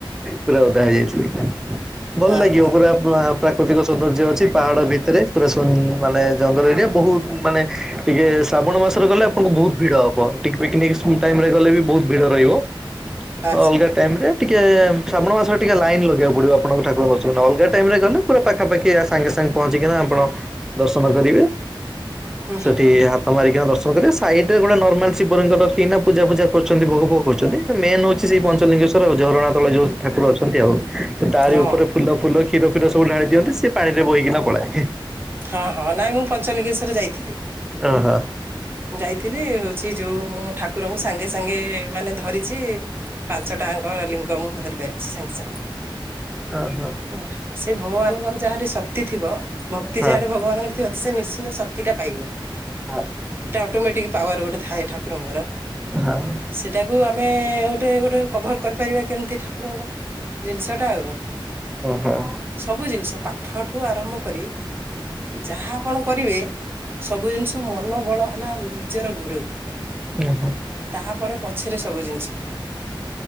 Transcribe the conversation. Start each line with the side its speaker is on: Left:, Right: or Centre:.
Centre: ପୁରା ଓଦା ହେଇ ଯାଇଥିଲି। ଭଲ
Right: ହଁ
Centre: ଲାଗିବ
Right: ହଁ
Centre: ପୁରା ପା ପ୍ରାକୃତିକ ସୌନ୍ଦର୍ଯ୍ୟ ଅଛି ପାହାଡ ଭିତରେ। ପୁରା ସୁ ମାନେ ଜଙ୍ଗଲ ଏରିଆ। ବହୁତ ମାନେ ଟିକେ ଶ୍ରାବଣ ମାସରେ ଗଲେ ଆପଣଙ୍କୁ ବହୁତ ଭିଡ ହବ। ଟିକେ ପିକନିକ ସୁ ଟାଇମ୍ ରେ ଗଲେ ବି ବହୁତ ଭିଡ ରହିବ।
Right: ଆଚ୍ଛା
Centre: ଓ ଅଲଗା ଟାଇମ୍ ରେ ଟିକେ ଶ୍ରାବଣ ମାସରେ ଟିକେ ଲାଇନ ଲଗେଇବାକୁ ପଡିବ ଆପଣଙ୍କୁ ଠାକୁର ଦର୍ଶନ ନବାକୁ। ବେ ଟାଇମ୍ ରେ ଗଲେ ପୁରା ପାଖାପାଖି ଆ, ସାଙ୍ଗେ ସାଙ୍ଗେ ପହଞ୍ଚିକିନା ଆପଣ ଦର୍ଶନ କରିବେ।
Right: ହୁଁ
Centre: ସେଠି ହା ତ ମାରିକିନା ଦର୍ଶନ କରିବେ। ସାଇଡ୍ ରେ ଗୋଟେ ନର୍ମାଲ୍ ଶିବଲିଙ୍ଗ ରଖିକିନା ପୂଜା ଫୂଜା କରୁଛନ୍ତି, ଭୋଗ ଫୋଗ କରୁଛନ୍ତି। ଏ ମେନ୍ ହଉଛି ସେଇ
Right: ହୁଁ
Centre: ପଞ୍ଚଲିଙ୍ଗେଶ୍ଵର ଝରଣା ତଳେ ଯୋଉ ଠାକୁର ଅଛନ୍ତି ଆଉ। ସେ ତାରି
Right: ହଁ
Centre: ଉପରେ ଫୁଲ ଫୁଲ କ୍ଷୀର ଫୀର ସୁବୁ ଢାଳି ଦିଅନ୍ତି ସେ ପାଣିରେ ବୋହିକି ନା ପଳାଏ।
Right: ହଁ, ହଁ ନାଇଁ ମୁଁ ପଞ୍ଚଲିଙ୍ଗେଶ୍ଵର ଯାଇଥିଲି।
Centre: ଓହୋ।
Right: ଯାଇଥିଲି, ହଉଛି ଯୋଉ ମୁଁ ଠା କୁରଙ୍କୁ ସାଙ୍ଗେ ସାଙ୍ଗେ ମାନେ ଧରିଛି ପାଞ୍ଚଟା ଆଙ୍କ ଲିଙ୍ଗ ମୁଁ ଧରି ପାରିଛି ସାଙ୍ଗେ ସାଙ୍ଗେ।
Centre: ଅ ହ।
Right: ଓ ସେ ଭଗବାନଙ୍କର ଯାହାଠି ଶକ୍ତି ଥିବ ଶକ୍ତି
Centre: ହଁ।
Right: ଯାହାରି
Centre: ହଁ
Right: ଭଗବାନଙ୍କର ଥିବ ସେ ନିଶ୍ଚିନ୍ତ ଶକ୍ତି ଟା ପାଇବ।
Centre: ଓହୋ
Right: ଏଟା ଅଟୋମେଟିକ ପାୱାର ଗୋଟେ ଥାଏ ଠାକୁରଙ୍କର।
Centre: ହଁ।
Right: ସେଟାକୁ ଆମେ ଗୋଟେ ଗୋଟେ କଭର କରିପାରିବା କେମିତି ଠାକୁରଙ୍କର ଜିନିଷ ଟା ଆଉ
Centre: ହୁଁ ଓହୋ
Right: ସବୁ ଜିନିଷ ପାଠଠୁ ଆରମ୍ଭ କରି ଯାହା ଆପଣ କରିବେ ସବୁ ଜିନିଷ ମନ ବଳ ହେଲା ନିଜର ଗୁରୁ।
Centre: ଉଁ ହୁଁ।
Right: ତାହାପରେ ପଛରେ ସବୁ ଜିନିଷ।